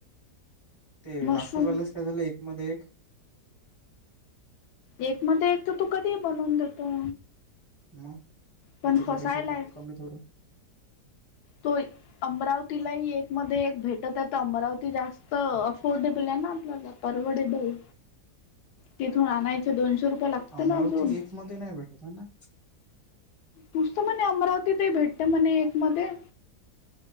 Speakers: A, on the right; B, on the left.
A: ते
B: मशरूम
A: नागपूरवाल्यास काय झालं एक मध्ये एक
B: एक मध्ये एक तर तू कधी बनवून देतो
A: मग
B: पण
A: इथं
B: फसायलाय
A: त्या पेक्षा प कमी थोडं
B: तो अमरावतीलाही एक मध्ये एक भेटत आहे तर अमरावती जास्त अफोर्डेबल आहे ना आपल्या ज परवडे बल तिथून आणायचे दोनशे रुपये लागते ना
A: मरा
B: अजून
A: ठीक एकमध्ये नाही बेठ तयना
B: तुसतं म्हणे अमरावतीतही भेटते म्हणे एक मध्ये